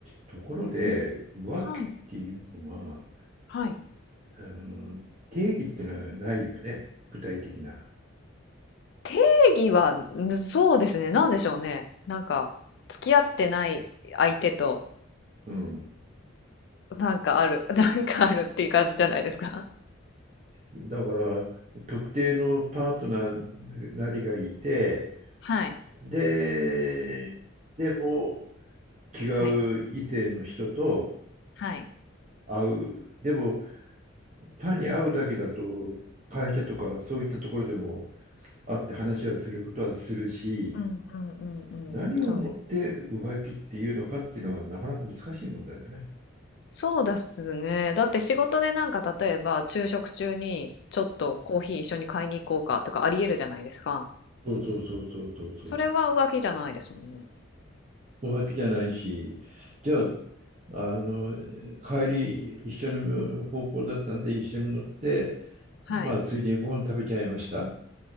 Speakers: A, on the right; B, on the left.
A: ところで、
B: うん。
A: 浮気っていうのは、
B: はい。はい。
A: あの、定義ってのはないよね、具体的な。
B: 定義は、んそうですね。なんでしょうね。なんか、付き合ってない相手と、
A: うん。
B: なんかある、<laughs> なんかあるっていう感じじゃないですか。
A: だから、特定のパートナーなりがいて、
B: はい。
A: で、でも違
B: はい。
A: う異性の人と
B: はい。
A: 会う。でも、単に会うだけだと、会社とかそういったところでも会って話はすることはするし、
B: うんうんうんうん。
A: 何をもって浮気っていうのかっていうのはなかなか難しい問題だね。
B: そうですね。そうですね。だって仕事でなんか例えば昼食中にちょっとコーヒー一緒に買いに行こうかとかありえるじゃないですか。
A: そうそうそうそうそうそう。
B: それは浮気じゃないですもんね。
A: 浮気じゃないし、じゃあ、あの、帰り一緒の方向だったんで一緒に乗って、
B: うん。はい。
A: まあ、ついでにご飯食べちゃいました。